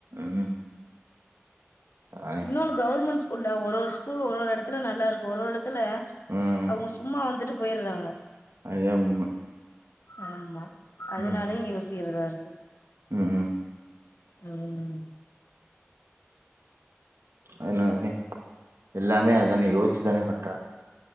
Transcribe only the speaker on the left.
இன்னோனு கவுர்மண்ஸ் ஸ்கூல்ல ஒரோரு ஸ்கூல் ஒரோரு எடத்துல நல்லாருக்கு ஒரோரு டத்துல
அவுங்க சும்மா வந்துட்டு போயர்றாங்க
ஆமா அதுனாலயு
யோசிக்கிறதாருக்கு
ஹ்ம்